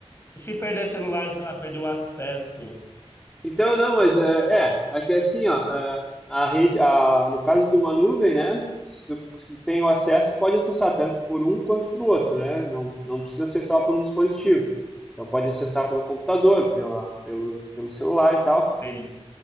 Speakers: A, on the left; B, in the centre.
A: se perder o celular, sei lá, perder o acesso?
B: Então, não, mas é, é, aqui é assim, ó, é, a rede, a, no caso de uma nuvem, né, se tu, se tu tem o acesso, tu pode acessar tanto por um quanto por outro, né, não, não precisa acessar por um dispositivo. Então, pode acessar pelo computador, pela, pelo, pelo celular e tal.
A: Sim.